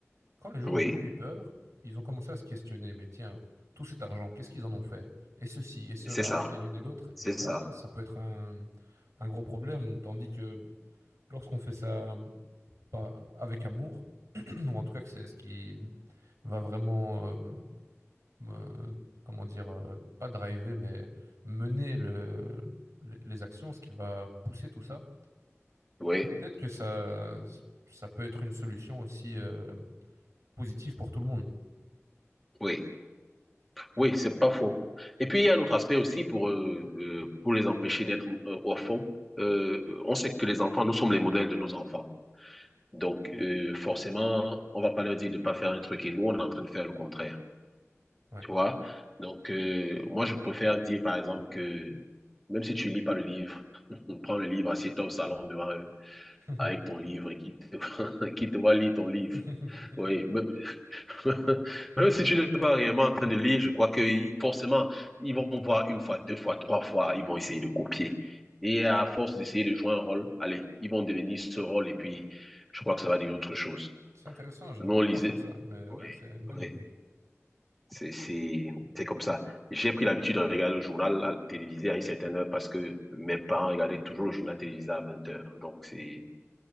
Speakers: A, on the right; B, in the centre.
A: quand les gens
B: Oui.
A: n'ont plus eu peur, ils ont commencé à se questionner, mais tiens, tout cet argent, qu'est-ce qu'ils en ont fait? Et ceci, et cela,
B: C'est ça,
A: et l'une et l'autre.
B: c'est
A: Et là,
B: ça.
A: ça peut être un, un gros problème, tandis que lorsqu'on fait ça pas avec amour, <clears throat> ou en tout cas que c'est ce qui va vraiment, euh, me- comment dire, euh, pas driver, mais mener le- les les actions, ce qui va pousser tout ça,
B: Oui,
A: peut-être que ça, ça peut être une solution aussi, euh, positive pour tout le monde.
B: oui, oui, c'est pas faux. Et puis, il y a un autre aspect aussi pour, euh, euh, pour les empêcher d'être euh, au Euh, on sait que les enfants, nous sommes les modèles de nos enfants. Donc, euh, forcément, on va pas leur dire de pas faire un truc et nous, on est en train de faire le contraire.
A: Ouais.
B: Tu vois? Donc, euh, moi, je préfère dire, par exemple, que même si tu lis pas le livre, <laughs> prends le livre, assieds-toi au salon devant eux
A: <laughs>
B: avec ton livre et qui te, <laughs> qui te voit lire ton livre.
A: <laughs>
B: Oui, même- <laughs> Même si tu n'es pas réellement en train de lire, je crois que i- forcément, ils vont voir une fois, deux fois, trois fois, ils vont essayer de copier. Et à force d'essayer de jouer un rôle, allez, ils vont devenir ce rôle et puis je crois que ça va devenir autre chose.
A: C'est intéressant, j'avais
B: Nous,
A: pas
B: on lisait.
A: pensé à ça, mais
B: Oui,
A: ouais, c'est une bonne
B: oui,
A: idée,
B: c'est, c'est, c'est comme ça. J'ai pris l'habitude de regarder le journal à- télévisé à une certaine heure parce que mes parents regardaient toujours le journal télévisé à 20 heures. Donc, c'est,